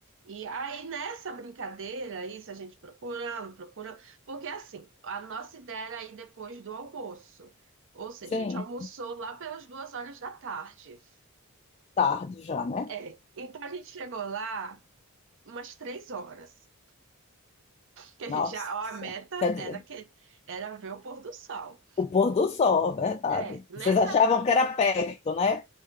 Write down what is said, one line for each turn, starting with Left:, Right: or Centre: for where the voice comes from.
Right: E aí, nessa brincadeira, isso a gente procurando, procurando, porque assim, a nossa ideia era ir depois do almoço. Ou seja,
Left: Sim,
Right: a gente almoçou lá pelas duas horas da tarde.
Left: tarde já, né?
Right: É, então a gente chegou lá umas três horas. Que a
Left: Nossa,
Right: gente já, ó, a meta
Left: quer dizer,
Right: era que era ver o pôr do sol.
Left: o pôr do sol, é verdade.
Right: É, nessa
Left: Vocês achavam
Right: brin-
Left: que era perto, né?